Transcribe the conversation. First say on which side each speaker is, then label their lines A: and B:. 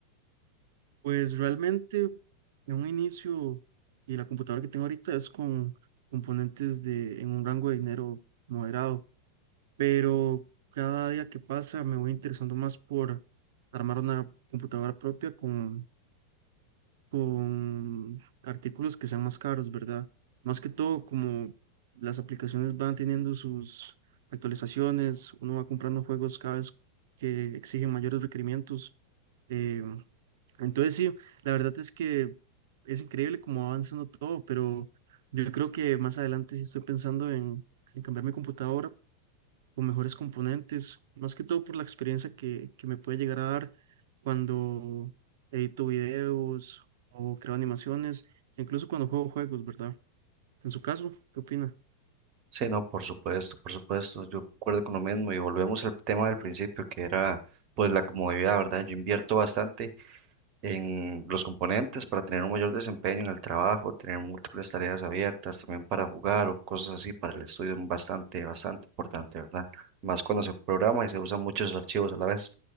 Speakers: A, on the right; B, on the right.
A: Pues realmente en un inicio y la computadora que tengo ahorita es con componentes de, en un rango de dinero moderado pero cada día que pasa me voy interesando más por armar una computadora propia con, con artículos que sean más caros, ¿verdad? Más que todo, como las aplicaciones van teniendo sus actualizaciones, uno va comprando juegos cada vez que exigen mayores requerimientos. eh, entonces, sí, la verdad es que es increíble cómo va avanzando todo, pero yo creo que más adelante sí estoy pensando en, en cambiar mi computadora o mejores componentes, más que todo por la experiencia que, que me puede llegar a dar cuando edito videos o creo animaciones, incluso cuando juego juegos, ¿verdad? En su caso, ¿qué opina?
B: Sí, no, por supuesto, por supuesto. Yo concuerdo con lo mismo y volvemos al tema del principio que era pues la comodidad, ¿verdad? Yo invierto bastante en los componentes para tener un mayor desempeño en el trabajo, tener múltiples tareas abiertas, también para jugar o cosas así, para el estudio es bastante, bastante importante, ¿verdad? Más cuando se programa y se usan muchos archivos a la vez.